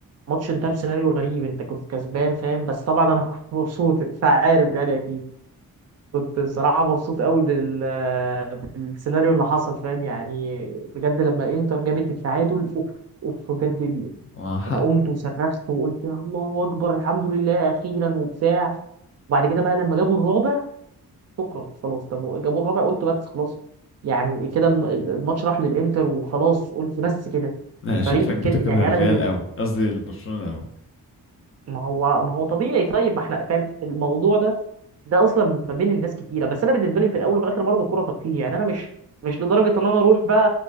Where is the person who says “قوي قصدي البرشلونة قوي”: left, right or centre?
Left